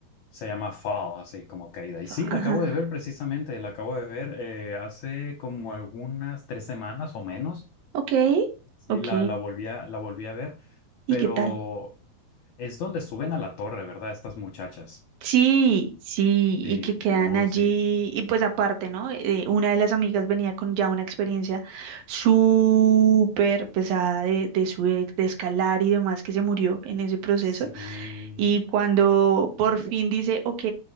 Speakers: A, on the left (about 75°); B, on the right (about 70°).
A: Se llama Fall, así como caída.
B: Fa-
A: Y sí, la
B: Ajá.
A: acabo de ver precisamente, la acabo de ver eh, hace como algunas tres semanas o menos.
B: Ok,
A: Sí,
B: ok.
A: la, la volví a, la volví a ver,
B: ¿Y
A: pero
B: qué tal?
A: es donde suben a la torre, ¿verdad? Estas muchachas.
B: Sí, sí, y
A: Sí,
B: que quedan
A: no,
B: allí,
A: sí.
B: y pues aparte, ¿no? Eh, una de las amigas venía con ya una experiencia súper pesada de, de su ex, de escalar y demás, que se murió en ese proceso,
A: Sí,
B: y cuando por fin dice, ok,